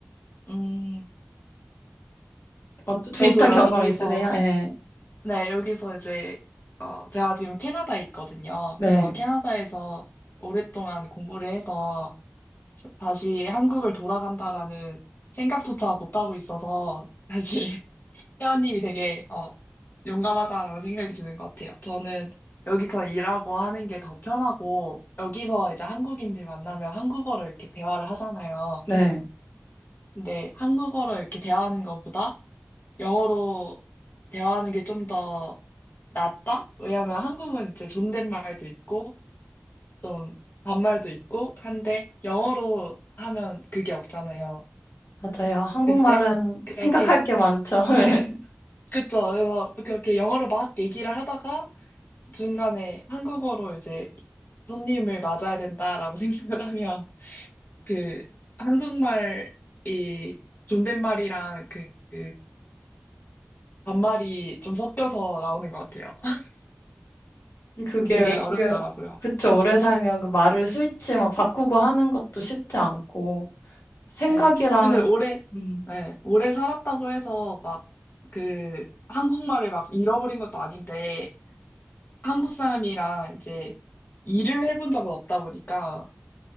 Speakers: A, on the left; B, on the left.
A: 음,
B: 어,
A: 저도
B: 비슷한
A: 여기서,
B: 경험 있으세요? 예.
A: 네, 여기서 이제, 어, 제가 지금 캐나다에 있거든요.
B: 네,
A: 그래서 캐나다에서 오랫동안 공부를 해서 다시 한국을 돌아간다라는 생각조차 못하고 있어서, <laughs> 사실. 혜원님이 되게 어, 용감하다라는 생각이 드는 것 같아요. 저는 여기서 일하고 하는 게 더 편하고 여기서 이제 한국인들 만나면 한국어로 이렇게 대화를 하잖아요.
B: 네.
A: 근데 한국어로 이렇게 대화하는 것보다 영어로 대화하는 게 좀 더 낫다? 왜냐하면 한국은 이제 존댓말도 있고 좀 반말도 있고 한데 영어로 하면 그게 없잖아요.
B: 맞아요. 한국말은
A: 근데 그렇게
B: 생각할 게 많죠. <laughs>
A: 예. 그쵸. 그래서 그렇게 영어로 막 얘기를 하다가 중간에 한국어로 이제 손님을 맞아야 된다라고 <laughs> 생각을 하면 그 한국말이 존댓말이랑 그, 그 반말이 좀 섞여서 나오는 것 같아요. <laughs>
B: 그게
A: 그래서 되게
B: 외국에,
A: 어렵더라고요.
B: 그쵸. 오래 살면 그 말을 스위치 막 바꾸고 하는 것도 쉽지 않고, 생각이랑,
A: 예. 근데 오래,
B: 음,
A: 예, 오래 살았다고 해서 막 그 한국말을 막 잃어버린 것도 아닌데 한국 사람이랑 이제 일을 해본 적은 없다 보니까